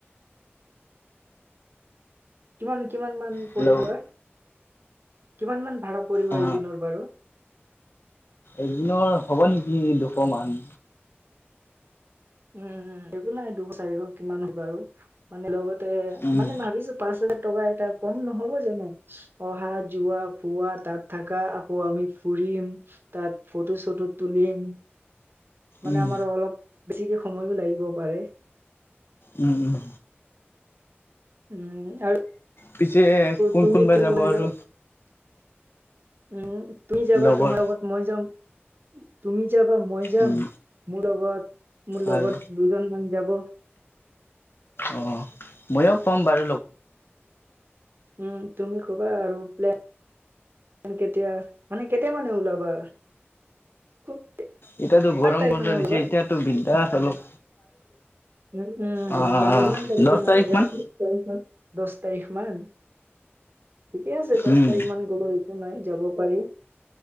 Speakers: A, on the right; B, on the left.
A: কিমান কিমান মান
B: হেল্ল'
A: পৰিব এ কিমান মান ভাড়া পৰিব
B: অ
A: এদিনৰ বাৰু?
B: এদিনৰ হ'ব নেকি দুশ মান।
A: উম, উম, একো নাই দুশ চাৰিশ কিমান হয় বাৰু। মানে লগতে
B: উম
A: মান ভাবিছো পাঁচ হাজাৰ টকা এটা কম নহ'ব জানো? অহা যোৱা ফুৰা খোৱা তাত থাকা আকৌ আমি ফুৰিম। তাত ফটো চটো তুলিম। মানে
B: উম
A: আমাৰ অলপ বেছিকে সময়ো লাগিব পাৰে।
B: উম, উম।
A: উম, আৰু
B: পিছে কোন
A: তুমি
B: কোন বা
A: তুমি
B: যাব
A: ওলাই
B: আৰু?
A: যাবা উম, তুমি যাবা
B: লগৰ
A: তোমাৰ আগত মই যাম তুমি যাবা মই যাম।
B: উম
A: মোৰ লগত, মোৰ
B: আৰু
A: লগৰ দুজন মান যাব।
B: অহ। ময়ো ক'ম বাৰ।
A: উম তুমি খুবা আৰু পোলে মান কেতিয়া মানে কেতিয়া মানে ওলাবা। খু কিমান
B: এতিয়াতো গৰম
A: টাইম
B: বন্ধ
A: মানে
B: দিছে
A: ওলাবা।
B: এতিয়াতো বিন্দাছ অলপ
A: উ উম
B: অ
A: মানে ইমান তাৰিখে
B: দহ
A: মানে
B: তাৰিখ
A: যাম।
B: মান
A: তাৰিখ মান দছ তাৰিখ মান ঠিকে আছে দছ
B: উম
A: তাৰিখ মান গ'লো। আ যাব পাৰিম